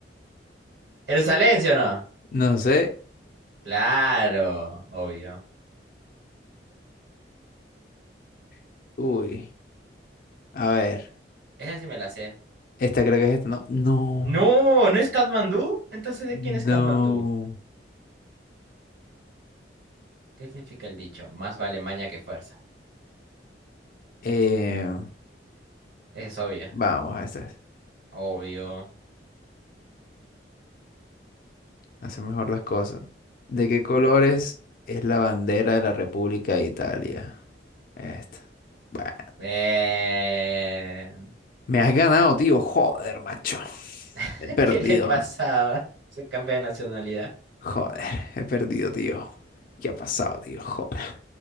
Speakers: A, on the right; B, on the left.
A: ¿Jerusalén, sí o no?
B: No sé.
A: Claro, obvio.
B: <laughs> Uy. A ver.
A: Esa sí me la sé.
B: Esta creo que es esta, ¿no? No.
A: No, ¿no es Katmandú? Entonces, ¿de
B: No.
A: quién es Katmandú? ¿Qué significa el dicho? Más vale maña que fuerza.
B: Eh,
A: Esa es obvia.
B: vamos a esta.
A: Obvio.
B: hace mejor las cosas. ¿De qué colores es la bandera de la República de Italia? Esta. Bueno,
A: Eh...
B: me has ganado, tío. Joder, macho.
A: <laughs>
B: He perdido.
A: ¿Qué le pasaba? Se cambia de nacionalidad.
B: Joder, he perdido, tío. ¿Qué ha pasado, tío? Joder.